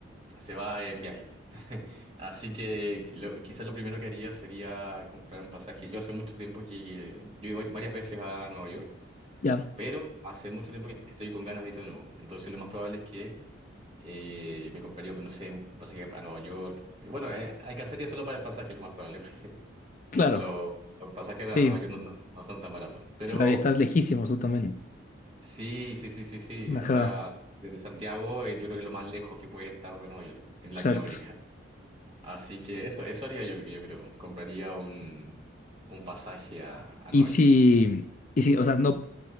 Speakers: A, on the right; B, on the left.
A: se va en viajes. <laughs> Así que lo- quizás lo primero que haría sería comprar un pasaje. Yo hace mucho tiempo que... Yo iba varias veces a Nueva York,
B: Ya,
A: pero hace mucho tiempo que estoy con ganas de ir de nuevo. Entonces lo más probable es que Eh, me compraría, pues, no sé, un un pasaje a Nueva York. Eh, Bueno, eh, alcanzaría solo para el pasaje, lo más probable, <laughs> porque
B: claro.
A: lo- lo- los pasajes
B: Sí,
A: a Nueva York no, no- no son tan baratos. Pero
B: claro, y estás lejísimos tú también.
A: sí, sí, sí, sí, sí.
B: Ajá,
A: O sea, desde Santiago, eh, yo creo que es lo más lejos que puedes estar de Nueva York, en Latinoamérica.
B: exacto.
A: Así que eso, eso haría yo, yo creo. Compraría un, un pasaje a, a
B: Y
A: Nueva
B: si,
A: York.
B: y si, o sea, no,